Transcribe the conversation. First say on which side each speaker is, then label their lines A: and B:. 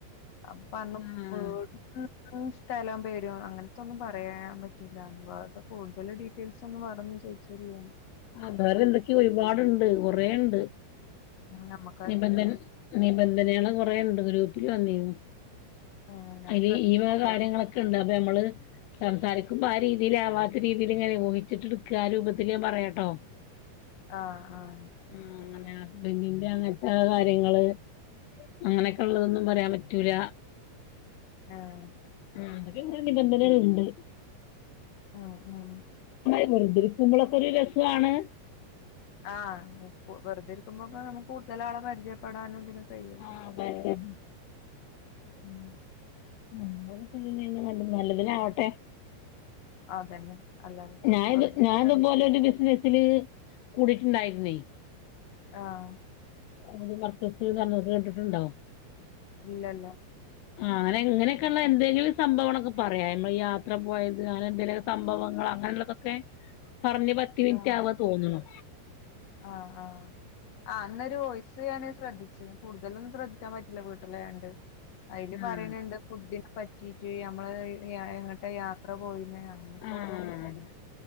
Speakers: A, on the left (about 45°); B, on the left (about 80°).
A: അപ്പറ്ഞ്ഞു
B: ആഹ്
A: <unintelligible> <unintelligible> ഉം സ്ഥലം പേരും അങ്ങനത്തൊന്നും പറയാൻ പറ്റൂലാന്ന് <unintelligible> കൂടുതൽ ഡീറ്റെയിൽസ് ഒന്നും പറഞ്ഞ് ഞാൻ ചായ്ച്ചോ ലെന്ന്
B: ആ വേറെ എന്തൊക്കെയോ ഒരുപാടുണ്ട് കൊറേണ്ട്
A: ഉം നമ്മക്കറിയില്ലല്ലോ
B: നിബന്ധന നിബന്ധനേള് കൊറേുണ്ട് ഗ്രൂപ്പിൽ വന്നിന്നു
A: ആ ഞാൻ
B: അയ്ല്
A: ശ്രദ്ധിച്ചിട്ടില്ല
B: ഈ വക കാര്യങ്ങളൊക്കെണ്ട് അപ്പൊ നമ്മള് സംസാരിക്ക് ക്ക്പ്പ ആ രീതിയിലാവാത്ത രീതിൽ ഇങ്ങനെ ഊഹിച്ചിട്ട്ട്ക്ക ആ രൂപത്തില് പറയാട്ടോ
A: ആഹ് ആഹ്
B: ആഹ് അങ്ങനെ ഹസ്ബന്റിന്റെ അങ്ങനത്തെ കാര്യങ്ങള് അങ്ങനെയൊക്കെ ഉള്ളതൊന്നും പറയാൻ പറ്റൂല
A: ആഹ്
B: ആ എന്തൊക്കെണ്ട് നിബന്ധനകള്ണ്ട്
A: ആഹ് ആഹ്
B: വെറുതിരിക്കുമ്പോളക്കെ ഒരു രസുആണ്
A: ആഹ് കൂ വെറുതെ ഇരിക്കുമ്പോപ്പം നമുക്ക് കൂടുതലാളെ പരിചയപ്പെടാനും ഇതിനും കഴിയും
B: ആഹ് അതെന്നേ
A: ഉം
B: <unintelligible> <unintelligible> നല്ലതിനാവട്ടെ
A: അതന്നെ അല്ലാതിപ്പം
B: ഞാൻത്
A: വെറുതെ
B: ഞാൻ
A: ഇരിക്കാണ്.
B: ഇതുപോലൊരു ബിസിനസ്സില് കൂടിട്ടുണ്ടായിരുന്നേ
A: ആഹ്
B: ഊത് മർക്കസ്ന്ന്പറ്ഞ്ഞ് കേണ്ടിട്ടുണ്ടോ
A: ഇല്ല ഇല്ല
B: ആ ങ്ങനെ ഇങ്ങനെയൊക്കെയ ഉള്ള എന്തെങ്കിലും സംഭവങ്ങളൊക്കെ പറയാം നമ്മൾ യാത്ര പോയത് അങ്ങനെ എന്തെലും സംഭവങ്ങൾ അങ്ങനെള്ളതൊക്കെ പറഞ്ഞ് പത്ത് മിനിറ്റ്
A: ആ
B: ആവ തോന്നുണു
A: ആഹ് ആഹ് ആ അന്നൊരു വോയ്സ് ഞാന് ശ്രദ്ധിച്ചു ച്ച് കൂടുതലൊന്നും ശ്രദ്ധിക്കാൻ പറ്റില്ല വീട്ടിലായോണ്ട് അയ്ല്
B: ആഹ്
A: പറയ്ണണ്ട് ഫുഡനെ പറ്റീട്ട് നമ്മള് എ എങ്ങട്ടാ യാത്ര പോയിന്നേ അങ്ങനെയൊക്കെ
B: ആഹ്
A: ഓരോന്ന് സം
B: അതെ